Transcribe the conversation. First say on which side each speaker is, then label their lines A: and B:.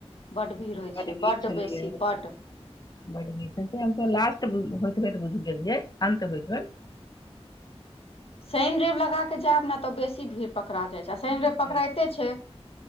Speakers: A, on the left (about 60°); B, on the left (about 40°).
A: बड भीड़ होइ
B: बड
A: छै
B: भीड़
A: बड्ड
B: छलैया
A: बेसी बड्ड
B: बड न छै हम त लास्ट होइत हो तो बुझ गेलियै अन्त होइत हो
A: शनि रैब लगा कऽ जायब ने तऽ बेसी भीड़ पकड़ा जाइत छै आ शनि
B: भीड़
A: रैव
B: रहै
A: पकड़इते छै